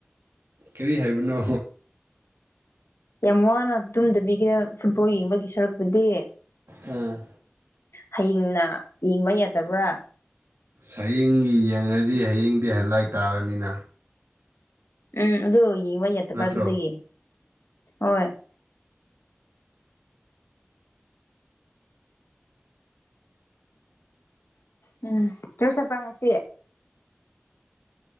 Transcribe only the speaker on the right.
ꯀꯔꯤ ꯍꯥꯏꯕꯅꯣ
ꯑꯝ
ꯍꯌꯦꯡꯒꯤ ꯌꯦꯡꯉꯗꯤ ꯍꯌꯦꯡꯗꯤ ꯍꯥꯢꯂꯥꯏꯠ ꯇꯥꯔꯅꯤꯅ
ꯅꯠꯇ꯭ꯔꯣ